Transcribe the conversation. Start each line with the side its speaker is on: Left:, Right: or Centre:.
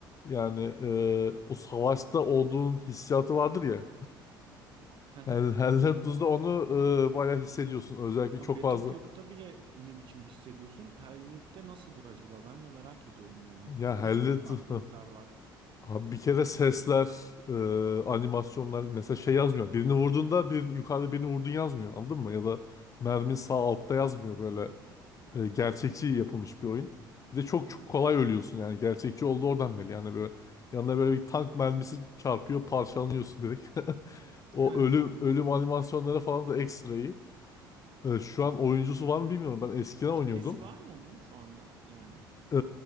Left: Yani e, o savaşta olduğun hissiyatı vardır ya.
Right: <laughs>
Left: Hell, Hell Let Loose'da onu e, bayağı hissediyorsun. Özellikle
Right: Abi
Left: çok
Right: Battlefield'da
Left: fazla.
Right: bile ne biçim hissediyorsun? Hell'de nasıldır acaba? Ben de merak ediyorum yani.
Left: Ya
Right: Ne
Left: Hell
Right: gibi
Left: Let
Right: farklılıklar
Left: Loose <laughs>
Right: var?
Left: Abi bir kere sesler, e, animasyonlar mesela şey yazmıyor. Birini vurduğunda bir yukarıda birini vurdun yazmıyor. Anladın mı? Ya da mermin sağ altta yazmıyor böyle. E, gerçekçi yapılmış bir oyun. Bir de çok
Right: Hı hı.
Left: çok kolay ölüyorsun yani gerçekçi oldu oradan belli. Yani böyle yanına böyle bir tank mermisi çarpıyor, parçalanıyorsun direkt. <laughs> O
Right: <laughs>
Left: ölüm ölüm animasyonları falan da ekstra iyi. E, şu an oyuncusu var mı bilmiyorum. Ben eskiden oynuyordum.
Right: Kitlesi var mı onun şu anda? Yani
Left: Ee,